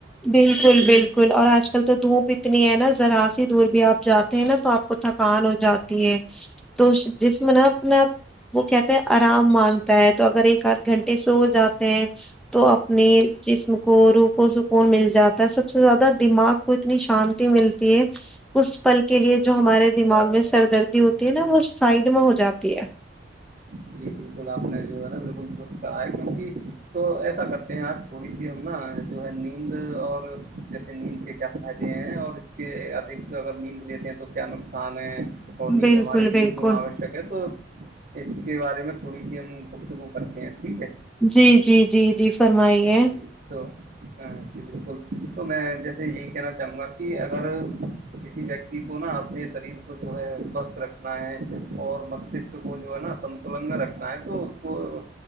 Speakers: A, in the centre; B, on the right (about 50°).
A: بالکل بالکل اور آج کل تو دھوپ اتنی ہے نا ذرا سی دور بھی آپ جاتے ہیں نا تو آپ کو تھکان ہو جاتی ہے تو جسم ن اپنا وہ کہتے ہیں آرام مانگتا ہے تو اگر ایک آدھ گھنٹے سو جاتے ہیں تو اپنے جسم کو روح کو س مل جاتا ہے سب سے زیادہ دماغ کو اتنی شانتی ملتی ہے اس پل کے لیے جو ہمارے دماغ میں سر دردی ہوتی ہے نا وہ سائڈ میں ہو جاتی ہے
B: جی بالکل آپ نے جو ہے نا بالکل درست کہا ہے کیونکہ تو ایسا کرتے ہیں آج تھوڑیی ہم نا جو ہے نیند اور جیسے نیند کے کیا فائدے ہیں اور ادھ اگر نیند لیتے ہیں تو کیا نقصان ہے اور نیند
A: بالکل
B: ہمارے لیے
A: بالکل
B: کیوں آ ہے تو اس کے بارے میں تھوڑی سی ہم گفتگو کرتے ہیں ٹھیک ہے
A: جی جی جی جی فرمائیے
B: جی تو ہ جی بالکل تو میں جیسے یہی کہنا چاہوں گا کہ اگر کسی ویکتی کو نا اپنے شریر کو جو ہے سوستھ رکھنا ہے اور مستک کو جو ہے نا ستلن میں رکھ ہے تو اس کو